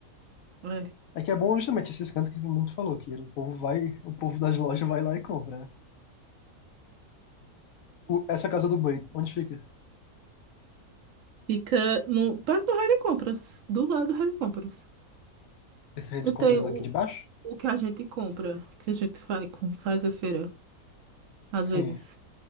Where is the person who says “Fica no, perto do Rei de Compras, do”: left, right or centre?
Right